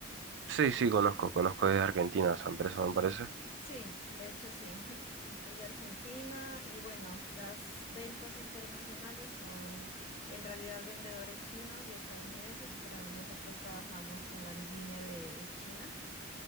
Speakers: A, on the right (about 60°); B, on the left (about 30°).
A: Sí, sí, conozco, conozco desde Argentina esa empresa, me parece.
B: Sí, de hecho sí, <laughs> es de Argentina y bueno, las ventas internacionales son en realidad vendedores chinos y estadounidenses, pero nosotros trabajamos con la línea de, de China.